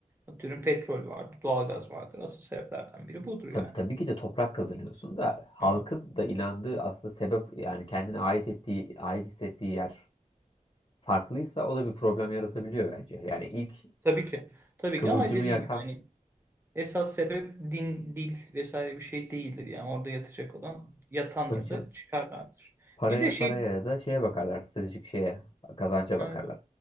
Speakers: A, on the right (about 15°); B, on the left (about 35°).
A: Atıyorum petrol vardır, doğalgaz vardır. Asıl sebeplerden biri budur yani.
B: Tabii, tabii ki de toprak kazanıyorsun da halkın
A: Evet.
B: da inandığı aslında sebep yani kendine ait ettiği, ait hissettiği yer farklıysa o da bir problem yaratabiliyor bence. Yani ilk
A: Tabii ki. Tabii
B: kıvılcımı
A: ki ama dediğim
B: yakan
A: gibi hani esas sebep din, dil vesaire bir şey değildir. Yani orada yatacak olan yatan
B: tabii
A: ya
B: canım,
A: da çıkarlardır.
B: paraya
A: Bir de şey...
B: paraya ya da şeye bakarlar, stratejik şeye, kazanca bakarlar.
A: Evet.